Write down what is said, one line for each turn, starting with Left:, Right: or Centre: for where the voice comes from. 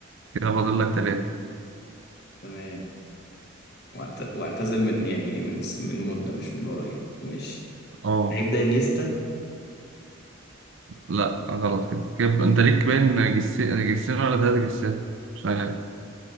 Right: كده فاضل لك تلاتة
Left: تمام وأعت- واعتزل من يعني من س- من مدة مش من قريب ماشي
Right: اه
Left: لعيب ده انيستا
Right: لا غلط كده كده انت ليك باين جس... جسين ولا تلات جسات مش عارف